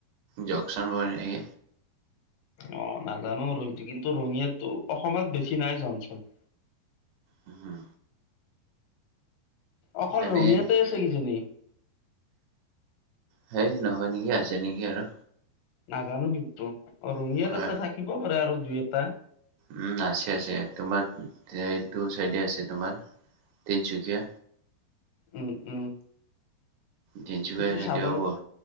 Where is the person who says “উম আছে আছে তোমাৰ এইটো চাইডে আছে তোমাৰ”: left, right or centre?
Right